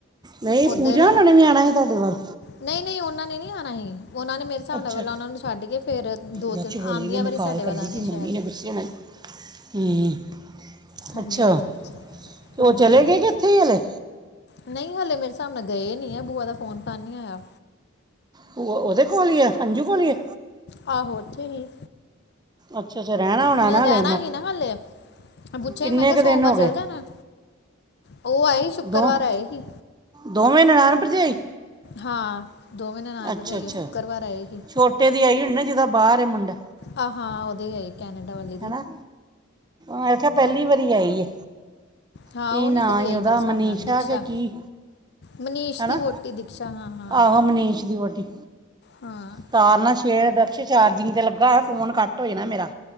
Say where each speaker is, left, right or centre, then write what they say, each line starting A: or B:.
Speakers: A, on the right; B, on the left.
A: ਨਹੀਂ
B: ਉਧਰ
A: ਪੂਜਾ ਹੋਣਾਂ ਨੇ ਵੀ ਆਉਣਾ ਸੀ ਤੁਹਾਡੇ ਵੱਲ
B: ਨਹੀਂ ਨਹੀਂ ਉਹਨਾਂ ਨੇ ਨਹੀਂ ਆਉਣਾ ਸੀ ਉਹਨਾਂ ਨੇ ਮੇਰੇ ਹਿਸਾਬ
A: ਅੱਛਾ
B: ਨਾਲ ਪਹਿਲਾਂ ਉਹਨਾਂ ਨੂੰ ਛੱਡ ਕੇ ਫਿਰ ਦੋ
A: ਦਕਸ਼
B: ਤਿੰਨ
A: ਬੋਲੀ
B: ਆਂਦੀਆਂ
A: ਮੈਂ
B: ਵਾਰੀ
A: ਕਾਲ
B: ਸਾਡੇ
A: ਕਰਦੀ
B: ਵੱਲ ਆਣੇ
A: ਪਈ
B: ਸ਼ਾਇਦ
A: ਮੰਮੀ ਨੇ ਗੁੱਸੇ ਹੋਣਾ ਹੂੰ,
B: ਹਾਂਜੀ
A: ਅੱਛਾ
B: ਹਾਂਜੀ
A: ਤੇ
B: ਹਾਂਜੀ
A: ਉਹ ਚਲੇ
B: ਹਾਂਜੀ
A: ਗਏ ਕਿ ਇੱਥੇ ਹੀ ਹਲੇ?
B: ਨਹੀਂ, ਹਲੇ ਮੇਰੇ ਹਿਸਾਬ ਨਾਲ ਗਏ ਨੀ ਆ ਬੂਆ ਦਾ ਫੋਨ ਤਾਂ ਨੀ ਆਇਆ।
A: ਭੂਆ ਉਹਦੇ ਕੋਲ ਹੀ ਆ ਅੰਜੂ ਕੋਲ ਹੀ ਆ?
B: ਆਹੋ, ਉੱਥੇ ਹੀ
A: ਅੱਛਾ ਅੱਛਾ ਰਹਿਣਾ ਹੋਣਾ
B: ਉਹਨਾਂ
A: ਨਾ
B: ਨੇ
A: ਹਲੇ
B: ਰਹਿਣਾ ਹੀ ਨਾ ਹਾਲੇ। ਪੁੱਛਿਆ
A: ਕਿੰਨੇ
B: ਸੀ, ਮੈਂ ਕਿਹਾ
A: ਕ
B: ਸੋਮਵਾਰ
A: ਦਿਨ ਹੋ ਗਏ
B: ਚੱਲ ਜਾਣਾ ਉਹ ਆਏ ਸੀ ਸ਼ੁੱਕਰਵਾਰ
A: ਦੋ
B: ਆਏ ਸੀ।
A: ਦੋਵੇਂ ਨਨਾਾਨ, ਭਰਜਾਈ?
B: ਹਾਂ, ਦੋਵੇ ਨਣਾਨ
A: ਅੱਛਾ
B: ਭਰਜਾਈ
A: ਅੱਛਾ
B: ਸ਼ੁੱਕਰਵਾਰ ਆਏ ਹੀ।
A: <unintelligible> ਦੀ ਆਈ ਹੋਣੀ ਨਾ ਜੀਦਾ ਬਾਹਰ ਹੈ ਮੁੰਡਾ।
B: ਆਹ ਹਾਂ, ਉਹਦੇ ਹੈਈ। ਕੈਨਡਾ ਵੱਲ।
A: ਹੈਨਾ, ਮੈ ਖਿਆ ਪੈਲੀ ਵਾਰੀ ਆਈ ਹੈ।
B: ਹਾਂ
A: ਕੀ
B: ਉਹ
A: ਨਾਂ
B: ਨਹੀਂ ਕਦੀ
A: ਈ
B: ਆਈ
A: ਉਹਦਾ
B: ਮੇਰੇ ਹਿਸਾਬ
A: ਮਨੀਸ਼ਾ
B: ਨਾਲ ਦੀਕਸ਼ਾ
A: ਕਿ ਕੀ?
B: ਮਨੀਸ਼
A: ਹੈਨਾ,
B: ਦੀ ਵੋਟੀ ਦੀਕਸ਼ਾ ਹਾਂ ਹਾਂ
A: ਆਹੋ ਮਨੀਸ਼ ਦੀ ਵੋਟੀ।
B: ਹਾਂ
A: ਤਾਰ ਨਾ ਛੇੜ, ਦਕਸ਼ਿਸ਼ ਚਾਰਜਿੰਗ ਤੇ ਲੱਗਾ ਹੈ ਫੋਨ ਕੱਟ ਹੋ ਜਾਣਾ ਮੇਰਾ।